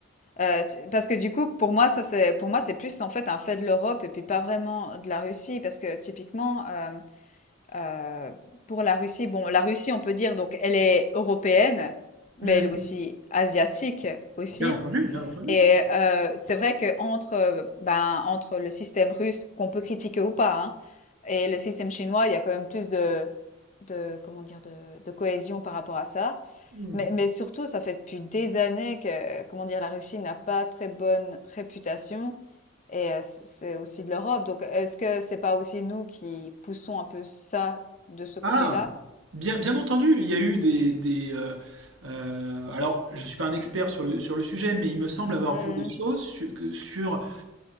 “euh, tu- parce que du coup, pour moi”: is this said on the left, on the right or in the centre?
Left